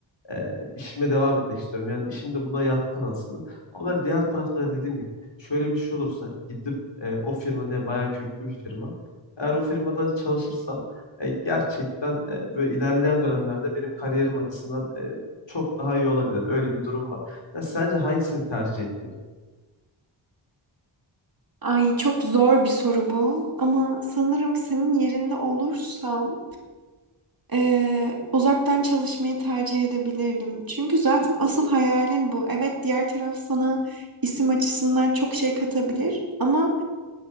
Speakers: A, on the left; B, on the right.
A: e, işime devam etmek istiyorum. Yani işim de buna yatkın aslında. Ama diğer tarafta da dediğim gibi şöyle bir şey olursa gidip e, o firma diye bayağı köklü bir firma. Eğer o firmada çalışırsam e, gerçekten e, böyle ilerleyen dönemlerde benim kariyerim açısından e, çok daha iyi olabilir. Öyle bir durum var. Ya sence hangisini tercih etmeliyim?
B: Ay çok zor bir soru bu ama sanırım senin yerinde olursam eee, uzaktan çalışmayı tercih edebilirdim. Çünkü zaten asıl hayalin bu. Evet diğer taraf sana isim açısından çok şey katabilir ama